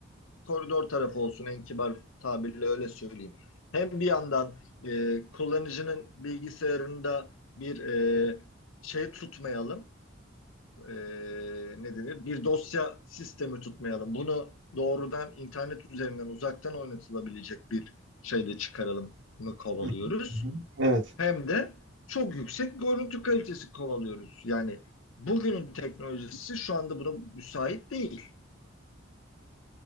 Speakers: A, on the left; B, on the right.
A: koridor tarafı olsun en kibar tabirle öyle söyleyeyim. Hem bir yandan e, kullanıcının bilgisayarında bir e, şey tutmayalım, e, ne denir? Bir dosya sistemi tutmayalım. Bunu doğrudan internet üzerinden uzaktan oynatılabilecek bir şeyde çıkaralım mı kovalıyoruz.
B: Hı hı, hı hı. Evet.
A: Hem de çok yüksek görüntü kalitesi kovalıyoruz. Yani bugünün teknolojisi şu anda buna müsait değil.